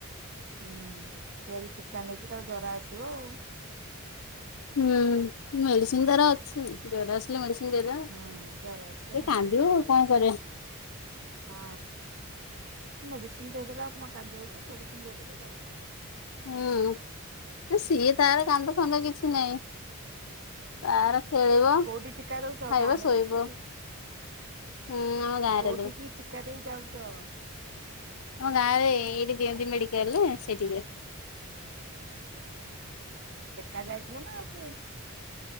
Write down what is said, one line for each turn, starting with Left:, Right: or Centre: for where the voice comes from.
Right: ହୁଁ ସିଏ ଆଜି ଟିକା ନେଇଚି ତାକୁ ଜର ଆସିବ ଆଉ।
Left: ହୁଁ ମେଡିସିନ୍ ତାର ଅଛି। ଜର ଆସିଲେ ମେଡିସିନ ଦେଇଦବ
Right: ହଁ ଜର ଆସିଲେ ମେଡିସିନ
Left: କାନ୍ଦିବ
Right: ଦେଇଦବ।
Left: କଣ କରିଆ।
Right: ହଁ ମେଡିସିନ ଦେଇଦେଲେ ଆଉ କଣ କାଦିବ କି ମେଡିସିନ ଦେଇଦେଲେ କାନ୍ଦିବନି।
Left: ହୁଁ ସିଏ ତାର କାନ୍ଦ ଫାନ୍ଦ କିଛି ନାହିଁ। ତାର ଖେଳିବ ଖାଇବ
Right: କୋଉଠି ଟୀକା ଦଉଛ ଗାଁ ରେ
Left: ଶୋଇବ।
Right: ନା କୋଉଠି?
Left: ହୁଁ ଆମ ଗାଆଁ
Right: କୋଉଠିକି
Left: ରେ ଦଉଚି।
Right: ଟୀକା ଦେଇ ଯାଉଚ?
Left: ଆମ ଗାଁ ରେ ଏଇଠି ଦିଅନ୍ତି ମେଡିକାଲରେ ସେଠିକି
Right: ହୁଁ ଏକା ଯାଇଥିଲା ନା ଆଉ କିଏ?